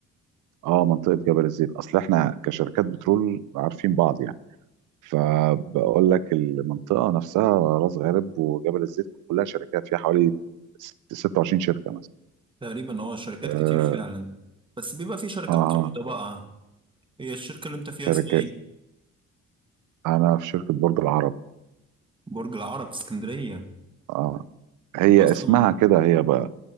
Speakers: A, on the right; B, on the right.
A: اه منطقة جبل الزيت اصل احنا كشركات بترول عارفين بعض يعني فبقول لك المنطقة نفسها راس غارب وجبل الزيت كلها شركات فيها حوالي ست- 26 شركة مثلا
B: تقريبا اه شركات
A: اه,
B: كتير فعلا بس بيبقى في شركات
A: آه
B: كبيرة بقى هي الشركة اللي انت فيها
A: شركات
B: اسمها ايه؟
A: انا في شركة برج العرب
B: برج العرب اسكندرية
A: اه هي
B: ده اصلا
A: اسمها كده هي بقى